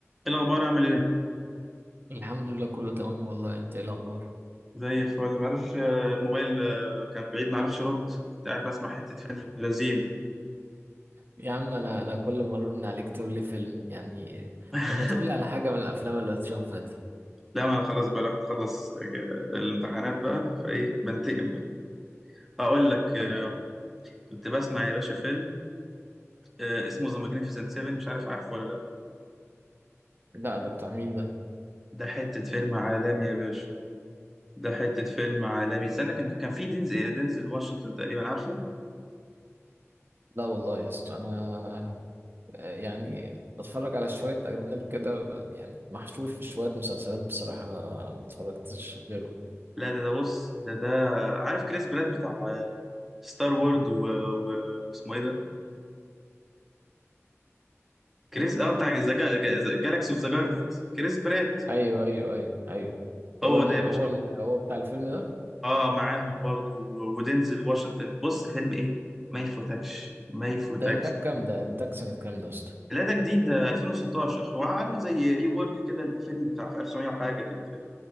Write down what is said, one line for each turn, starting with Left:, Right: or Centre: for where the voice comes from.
Centre: ايه الاخبار عامل ايه
Right: الحمد لله كله تمام والله انت ايه الاخبار
Centre: زي الفل معرفش آه، الموبايل آه، كان بعيد معرفش ارد كنت قاعد بسمع حته فيلم ابن لذين
Right: يا عم انا انا كل مره من عليك تقول لي فيلم يعني
Centre: <laughs>
Right: طب ما تقول لي على حاجه من الافلام اللي بتشوفها دي
Centre: لا ما انا خلاص بقى رحت اخلص آه، الامتحانات بقى فايه بنتقم بقى اقول لك آه،
Right: طب
Centre: كنت بسمع يا باشا فيلم آه، اسمه ذا ماجنيفيسنت 7 مش عارف عارفه ولا لا
Right: لا ده بتاع مين ده
Centre: ده حته فيلم عالمي يا باشا ده حته فيلم عالمي استنى كان في كان في دينزل دينزل واشنطن تقريبا عارفه
Right: لا والله يا اسطى انا يعني بتفرج على شويه اجنبي كده يعني محشور في شويه مسلسلات بصراحه ما اتفرجتش غيره
Centre: لا ده ده بص ده ده عارف كريس براد بتاع آه، ستار وورد و... و... اسمه ايه ده كريس اه بتاع جالاكسي اوف ذا جارديانز كريس برات
Right: ايوه ايوه ايوه ايوه
Centre: هو
Right: هو الم...
Centre: ده
Right: هو
Centre: يا باشا
Right: ال... هو بتاع الفيلم ده
Centre: اه معاهم برضو و- ودينزل واشنطن بص فيلم ايه ما يفوتكش ما يفوتكش
Right: ده انتاج كام ده انتاج سنه كام ده يا اسطى
Centre: لا ده جديد ده 2016 هو عامل زي ري وورك كده الفيلم بتاع في 1900 وحاجه كده فاهم